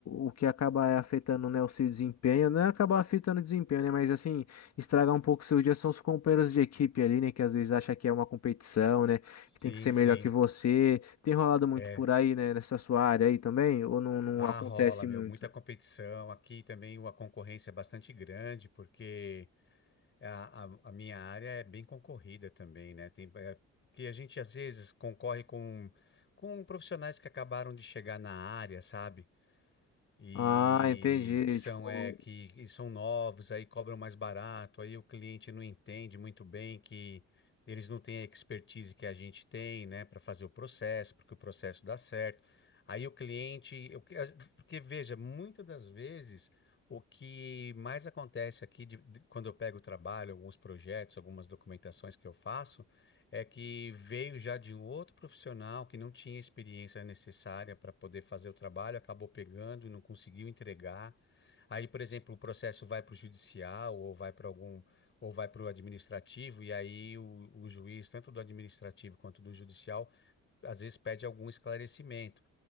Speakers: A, on the left; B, on the left.
A: o que acaba afetando, né, o seu desempenho, não é acabar afetando o desempenho, né, mas assim, estragar um pouco o seu dia são os companheiros de equipe ali, né, que às vezes acha que é uma competição, né,
B: sim,
A: que tem que ser
B: sim.
A: melhor que você. Tem rolado muito
B: É.
A: por aí, né, nessa sua área aí também, ou não, não
B: Ah,
A: acontece
B: rola, meu,
A: muito?
B: muita competição. Aqui também uma concorrência bastante grande, porque a, a, a minha área é bem concorrida também, né? Tem, é, porque a gente às vezes concorre com, com profissionais que acabaram de chegar na área, sabe? e
A: Ah, entendi.
B: que são
A: Tipo,
B: é que que são novos, aí cobram mais barato, aí o cliente não entende muito bem que eles não têm a expertise que a gente tem, né, para fazer o processo, porque o processo dá certo. Aí o cliente, eu que- porque veja, muitas das vezes o que mais acontece aqui de- de- quando eu pego o trabalho, alguns projetos, algumas documentações que eu faço é que veio já de um outro profissional que não tinha experiência necessária para poder fazer o trabalho, acabou pegando e não conseguiu entregar. Aí, por exemplo, o processo vai para o judicial ou vai para algum ou vai para o administrativo, e aí o, o juiz, tanto do administrativo quanto do judicial, às vezes pede algum esclarecimento.